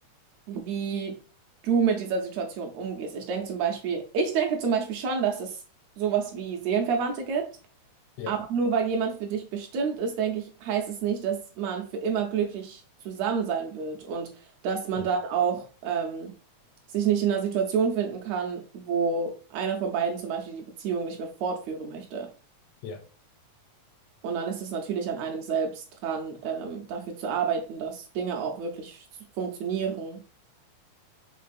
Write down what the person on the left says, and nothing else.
Ja,
hm,
ja.